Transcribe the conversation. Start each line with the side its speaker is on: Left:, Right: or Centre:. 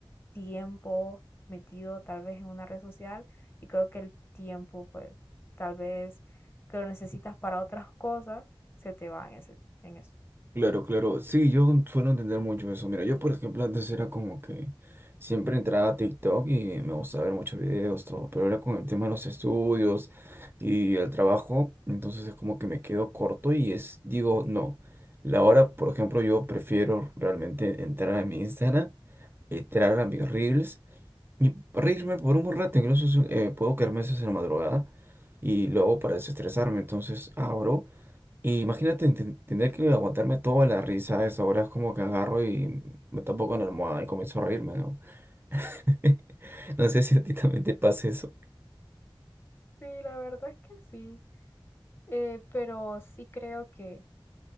Left: tiempo metido tal vez en una red social y creo que el tiempo pues tal vez que lo necesitas para otras cosas se te va en ese, en eso.
Right: Claro, claro. Sí, yo suelo entender mucho eso. Mira, yo por ejemplo antes era como que siempre entraba a TikTok y me gustaba ver muchos videos, todo, pero ahora con el tema de los estudios y el trabajo, entonces es como que me quedo corto y es, digo, no. La hora, por ejemplo, yo prefiero realmente entrar a mi Instagram, entrar a mis Reels y reírme por un rato, incluso es un- eh, puedo quedarme a veces en la madrugada y lo hago para desestresarme, entonces abro. Y imagínate ten- tener que aguantarme toda la risa a esa hora, es como que agarro y me tapo con la almohada y comienzo a reírme, ¿no? <laughs> No sé si a ti también te pasa eso.
Left: Sí, la verdad es que sí, eh, pero sí creo que,